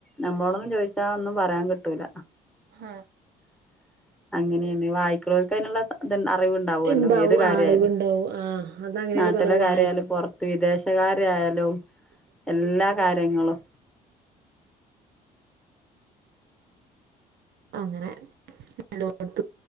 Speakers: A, in the centre; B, on the right.
A: നമ്മളോടൊന്നും ചോദിച്ചാ ഒന്നും പറയാൻ കിട്ടൂല
B: ഹ
A: ഉ <unintelligible> അങ്ങനെയ വായക്കുള്ളവക്ക അതിനുള്ള അറിവുണ്ടാവല്ലോ
B: ഉണ്ടാവും
A: ഏത് കാര്യയാലും
B: ആ അറിവുണ്ടാവും ആ അതങ്ങനെയാണ്
A: നാട്ടിലാലുംറ
B: പറയാ വായി
A: വിശാലും എല്ല കാര്യങ്ങോ
B: അങ്ങനെ നിലോത്തു